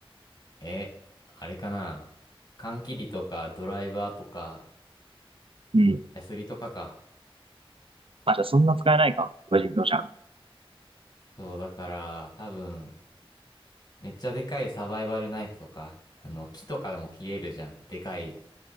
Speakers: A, on the left; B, on the right.
A: え、あれかな。缶切りとか、ドライバーとか、
B: うん。
A: ヤスリとかか。
B: あ、じゃあそんな使えないか。無人島じゃん。
A: そう、だから、多分、めっちゃでかいサバイバルナイフとか、あの、木とかでも切れるじゃん。でかい